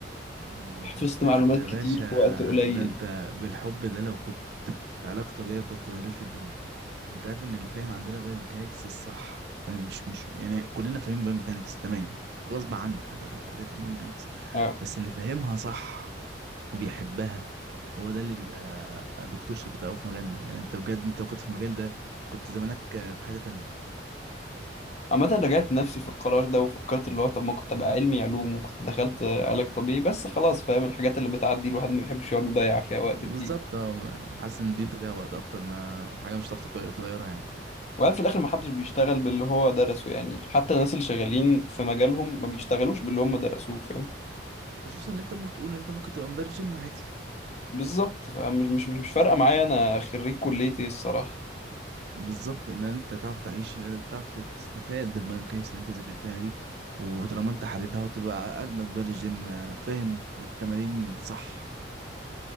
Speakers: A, on the right; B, on the left.
A: يا نهار ابيض
B: حفظت
A: ده
B: معلومات
A: انت يا
B: كتير
A: باشا
B: في وقت قليل
A: ده انت بالحب ده لو كنت في علاقة طبيعية كنت بهدلت الدنيا انت عارف ان اللي فاهم عندنا باي ميكانيكس الصح فاهم؟ مش مش يعني كلنا فاهمين باي ميكانيكس تمام غصب عنك هت- هتفهم باي ميكانيكس
B: اه
A: بس اللي فاهمها صح وبيحبها هو ده اللي بيبقى دكتور شاطر قوي في مجالنا يعني انت بجد انت لو كنت في المجال ده كنت زمانك في حتة تانية
B: عامة رجعت نفسي في القرار ده وفكرت اللي هو طب ما كنت ابقى
A: مم.
B: علمي علوم وكنت دخلت علاج طبيعي بس خلاص فاهم الحاجات اللي بتعدي الواحد ما بيحبش يقعد يضيع فيها وقت
A: بالظبط
B: كتير
A: اه ما- حاسس ان دي تضيع وقت اكتر ما حاجة مش هتعرف تغير- تغيرها يعني
B: وبعدين في الاخر ما حدش بيشتغل باللي هو درسه يعني حتى الناس اللي شغالين في مجالهم ما بيشتغلوش باللي هم درسوه فاهم
A: خصوصا ان انت ممكن تقول ان انت ممكن تبقى مدرب جيم عادي
B: بالظبط فمش مش مش مش فارقة معايا انا خريج كلية ايه الصراحة
A: بالظبط ان انت تعرف تعيش بتعرف تستفاد بالميكانيكس اللي انت ذاكرتها دي وطالما انت حبيبها وتبقى اجمد مدرب جيم آه، فاهم التمارين صح